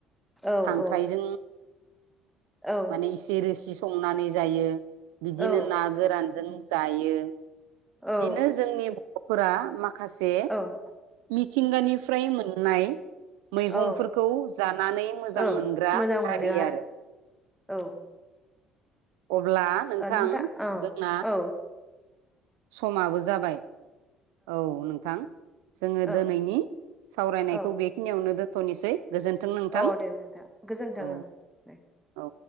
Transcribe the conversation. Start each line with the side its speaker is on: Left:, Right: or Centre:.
Centre: औ
Right: खांख्राइजों
Centre: औ औ
Right: माने इसे रोसि संनानै जायो बिदिनो
Centre: औ
Right: ना गोरानजों जायो इदिनो
Centre: औ
Right: जोंनि बर'फोरा माखा खासे
Centre: औ
Right: मिथिंगानिफ्राय मोननाय मैगंफोरखौ
Centre: औ
Right: जानानै मोजां
Centre: औ
Right: मोनग्रा
Centre: मोजां
Right: हारि
Centre: मोनो
Right: आरो।
Centre: औ।
Right: अब्ला नोंथां
Centre: औ औ
Right: जोंना
Centre: औ
Right: समाबो जाबाय। औ नोंथां जोङो
Centre: औ
Right: दिनैनि सावरायनायखौ
Centre: औ
Right: बेखिनियावनो दोन थनोसै। गोजोन्थों नोंथां
Centre: औ दे नोंथां गोजोन्थों
Right: औ
Centre: ओं दे
Right: औ।